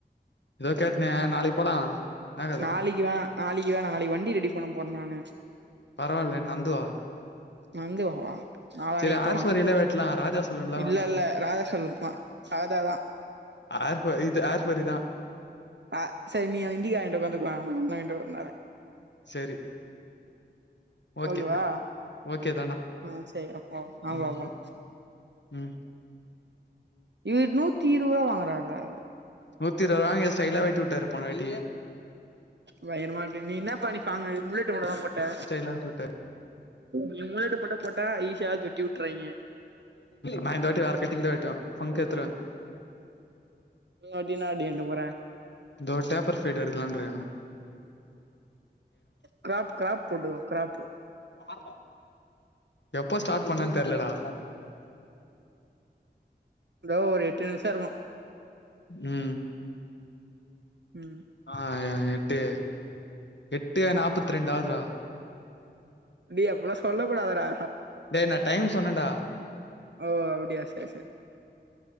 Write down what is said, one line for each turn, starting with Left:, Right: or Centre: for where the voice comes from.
Left: லேட்டாட்ன நாளைக் போலா என்னா கத
Right: நாளிகுதா நாளிகுதா நா நாளைக்கு வண்டி ரெடி பண்ண போர்ன் நானு
Left: பரவால்ல நந்துவா
Right: நந்து வா நாளானிக்கு
Left: சேரி ஏர்
Right: போலா
Left: ஃபார் யூ லே வெட்லா ராஜா சலூன்லா
Right: இல்ல
Left: வேணா
Right: இல்ல ராதாசலூன்க்தா ராதாதா
Left: ஆர்ஃபோ இது ஆர்ஃப் வரிதா
Right: அ சரி நீ இண்டிகா வாய்ன்ட்டு வந்துக்லா கொஞ்சுன் வாய்ன்ட்டு வந்த்ராத
Left: சேரி ஓகே
Right: ஓகேவா
Left: ஓகேதானா
Right: ஆ சரி அப்போ ஆ
Left: ம்
Right: வா வா
Left: ம்
Right: இவுர் நூத்தி இருவுரா வாங்குறார்ரா
Left: நூத்தி இருவுது வாங்கி ஸ்டைலா வெட்டி உட்டாரு போனவாட்டி
Right: பைய்ர்மா வெட்டி நீ இன்னபா நீ ஃபாங்கு முள்ளட்டு மூடுதா போட்ட
Left: ஸ்டைலா வெட்டி விட்டாரு
Right: நீ முள்ளட்டு போட்டா போட்டா ஈசியாது வெட்டி உட்ருவாய்ங்க
Left: நா இந்த வாட்டி வேற கட்டிங் தான் வெட்டுவ ஃபங்க்கு எட்த்துருவ
Right: நோடினா அப்டி இர்ன்ட்டு போற
Left: இந்தோர் சேஃப்பர் சைடு எடுக்குலான்றியா
Right: க்ராப் க்ராப் போட்டுகோ க்ராப்பு
Left: பறவா எப்ப ஸ்டாட் பண்ணன் தெர்லடா
Right: லோ ஒரு எட்டு நிம்ஷோ இருக்கு
Left: ம்
Right: ம்
Left: ஆ எ எட்டு எட்டு நாப்பத்ரெண்டாதூரா
Right: டி அப்புளா சொல்ல கூடாது டா
Left: டேய் நான் டைம் சொன்னன்டா
Right: ஓ அப்டியா சேர் சேர்